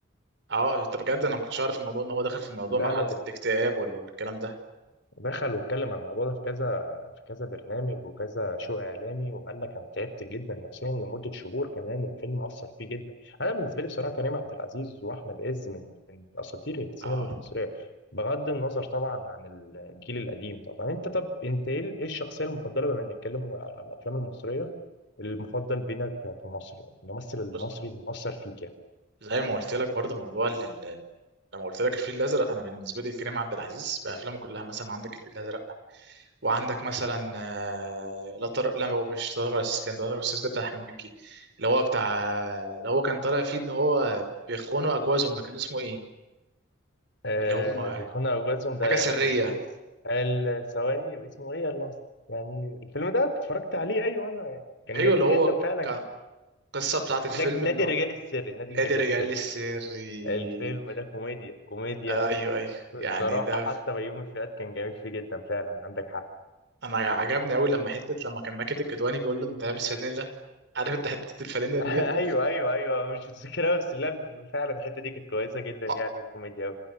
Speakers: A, on the right (about 60°); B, on the left (about 60°).
A: اه طب بجد انا ما كنتش اعرف الموضوع ان هو داخل في موضوع
B: لا
A: مرحله
B: لا ده
A: الاكتئاب ولا ولا الكلام ده
B: ودخل واتكلم عن الموضوع ده في كذا في كذا برنامج وكذا شو اعلامي وقال لك انا تعبت جدا نفسيا لمده شهور كمان الفيلم اثر فيه جدا انا بالنسبه لي بصراحه كريم عبد العزيز واحمد عز من من اساطير السينما
A: اه
B: المصريه بغض النظر طبعا عن الجيل القديم طبعا انت طب انت ايه إيه الشخصيه المفضله بما نتكلم على الافلام المصريه المفضل بينك في مصر يعني الممثل المصري
A: بص
B: اللي مؤثر فيك يعني
A: زي ما قلت لك برضو موضوع ال- ال- لما قلت لك الفيل الازرق انا بالنسبه لي كريم عبد العزيز بافلامه كلها مثلا عندك الفيل الازرق وعندك مثلا آه، لا طر... لا هو مش طارق ولا استسلام ده طارق ولا استسلام بتاع احمد مكي اللي هو بتاع اللي هو كان طالع فيه ان هو بيخونوا اجوازهم ده كان اسمه ايه
B: آه
A: اللي هم
B: بيكون أوجاتهم ده
A: حاجه سريه
B: كان اس ال ثواني اسمه ايه يلا يعني الفيلم ده اتفرجت عليه ايوه انا كان
A: ايوه
B: جميل
A: اللي هو
B: جدا فعلا
A: كان القصه بتاعت الفيلم
B: نج- نادي
A: ان هم
B: الرجال السري نادي
A: نادي
B: الرجال
A: رجع
B: السري
A: لي السري
B: الفيلم ده كوميديا كوميديا
A: ايوه ايوه يعني
B: صراحة
A: ده
B: حتى بيومي فؤاد كان جميل فيه جدا فعلا عندك حق
A: انا عجبني قوي لما حته لما كان ماكد الكدواني بيقول له انت لابس فانيلا عارف انت حته الفانيلا
B: <laughs>
A: ديت
B: ايوه ايوه ايوه مش متذكرها بس لا فعلا الحتة دي كانت كويسة
A: <laughs>
B: جدا يعني
A: آه.
B: الكوميديا